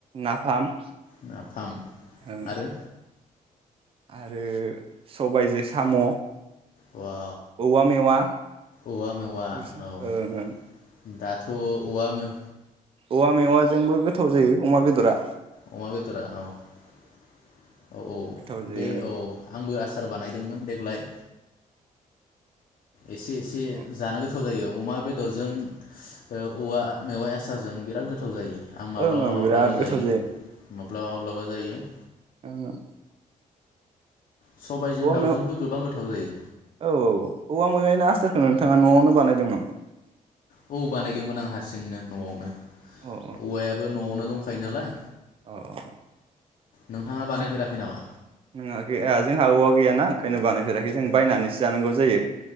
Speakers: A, on the right (about 40°); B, on the left (about 65°).
A: नाफाम
B: नाफाम
A: ओं।
B: आरो
A: आरो सबायजो साम'
B: औवा
A: औवा मेवा
B: औवा मेवा
A: बेफोरसो
B: औ
A: ओं ओं
B: दाथ' औवा मे
A: औवा मेवा जोंबो गोथाव जायो अमा बे दुरा
B: अमा बेदरा औ-औ-औ
A: गोथाव जायो
B: बे
A: ओं
B: औ आंबो आसार बानायदोंमोन देग्लाय एसे-एसे
A: ओं
B: जानो गोथा थाव जायो अमा बेदरजों ओ औवा मेवाइ आसारजों बिराद गोथाव जायो। आं माब्लाबा-माब्लाबा
A: ओं ओं बिराद गोथाव
B: जायो माब्लाबा-माब्लाबा जायो।
A: ओं-ओं
B: सबायजों
A: औवा
B: दाउजोंबो
A: मेव
B: गोबां गोथाव जायो
A: औ-औ-औ औवा मेवाइनि आसार नोंथाङा न'आवनो बानायदों नामा?
B: औ बानायदोंमोन आं हारसिं। न'आवनो
A: अ
B: औवायाबो न'आवनो दं खायो नालाय
A: अ-अ-अ
B: नोंथाङा बानायफेराखै
A: जों
B: नामा
A: नोङा गैया जोंहा औवा गैयाना ओंखायनो बानायफेराखै जों बायनानैसो जानांगौ जायो